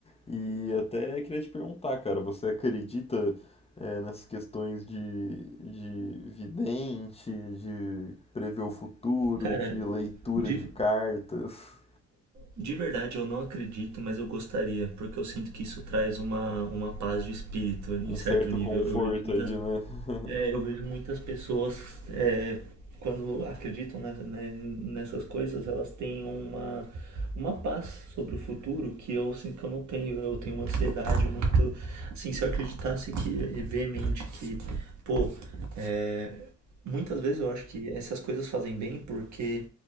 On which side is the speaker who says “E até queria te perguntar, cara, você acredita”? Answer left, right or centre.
Left